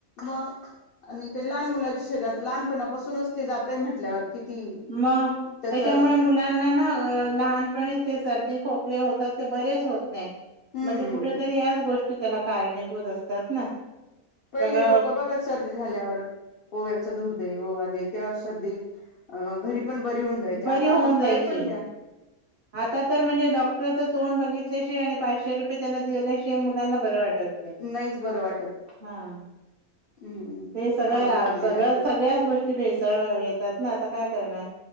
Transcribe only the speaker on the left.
मग आणि ते लहान मुलाची शरीरात लहानपणापासूनच ते जातय म्हटल्यावर किती
त्याच
हम्म
पहिले
लोक बघाच. सर्दी झाल्यावर ओव्याचा दुर्दैववादी तेव्हा सर्दी घरी पण बरी व्हायची ना. जायचे
आता
आपण
काही पण द्या.
नाहीच बरं वाटत
हम्म
अवघड होऊन गेलंय